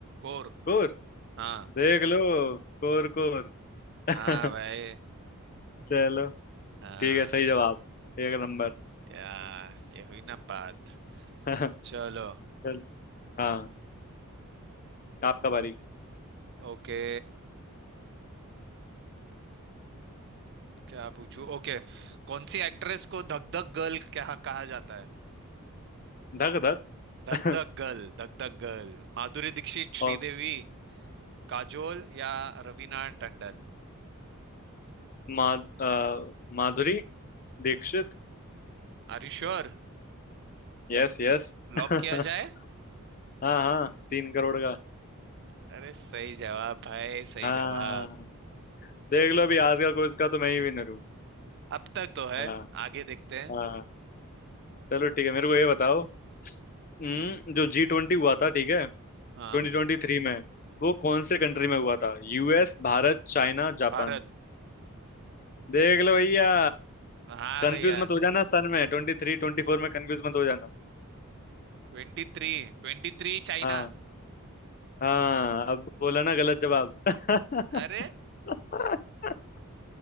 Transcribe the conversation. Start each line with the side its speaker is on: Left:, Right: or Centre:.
Right: कोर
Left: कोर
Right: हाँ
Left: देख लो कोर कोर <laughs>
Right: हाँ भाई
Left: चलो
Right: हाँ
Left: ठीक है सही जवाब एक नंबर
Right: या ये हुई ना बात
Left: <laughs>
Right: चलो
Left: चल हाँ आपका बारी
Right: ओके क्या पूछूं ओके कौन सी एक्ट्रेस को धक धक गर्ल कहा कहा जाता है
Left: धक धक
Right: धक
Left: <laughs>
Right: धक गर्ल धक धक गर्ल माधुरी दीक्षित श्रीदेवी
Left: और
Right: काजोल या Raveena Tandon
Left: मा, अ, माधुरी दीक्षित
Right: Are you sure
Left: Yes yes
Right: Lock
Left: <laughs>
Right: किया जाए
Left: हाँ हाँ तीन करोड़ का
Right: अरे सही जवाब भाई सही
Left: हाँ
Right: जवाब
Left: देख
Right: अ,
Left: लो अभी आज का क्विज का तो मैं ही विनर हूँ
Right: अब तक तो है
Left: हाँ
Right: आगे देखते हैं
Left: हाँ चलो ठीक है मेरे को ये बताओ हम्म, जो जी ट्वेंटी हुआ था ठीक है ट्वेंटी
Right: हाँ
Left: ट्वेंटी थ्री में वो कौन से कंट्री में हुआ था यूएस Bharat China Japan
Right: भारत
Left: देख लो भैया
Right: हाँ
Left: कंफ्यूज
Right: भैया
Left: मत हो जाना सन में ट्वेंटी थ्री ट्वेंटी फोर में कंफ्यूज मत हो जाना
Right: Twenty three Twenty three China
Left: हाँ। हाँ अब बोला ना गलत जवाब <laughs>
Right: अरे